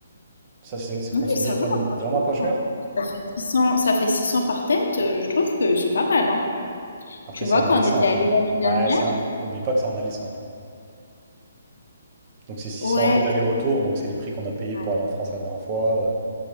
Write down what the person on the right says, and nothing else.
Ça, c'est c'est
considéré
comme
vraiment pas cher?
Après,
c'est un
aller
simple.
Hein.
Ouais, c'est un- Oublie pas que c'est un aller simple. hein. Donc, c'est 600
euros l'aller-retour.
Donc, c'est les prix qu'on a payés
pour aller en France la dernière fois. euh,